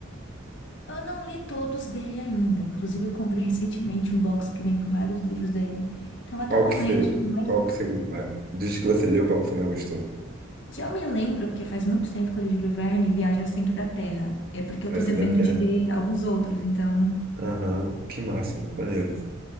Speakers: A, on the left; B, on the right.
A: Eu não li todos dele ainda. Inclusive, eu comprei recentemente um box que vem com vários livros dele. Então, até
B: Qual
A: o momento,
B: que você,
A: por mais
B: qual que você, ma- dos que você leu, qual que você mais gostou?
A: que eu me lembro, porque faz muito tempo que eu li Júlio Verne Viagem ao Centro da Terra. E é porque eu
B: Versão
A: tô devendo
B: da Terra.
A: de ler alguns outros, então.
B: Aham, que massa, muito maneiro.